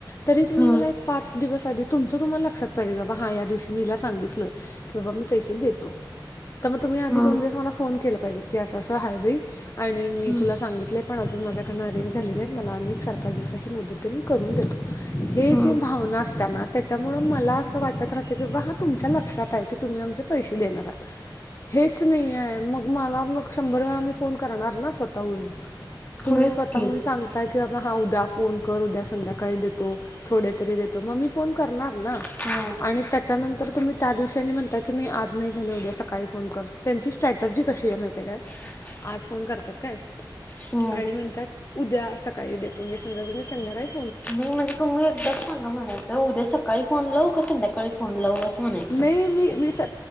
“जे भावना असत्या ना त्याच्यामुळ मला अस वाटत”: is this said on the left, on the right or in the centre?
Left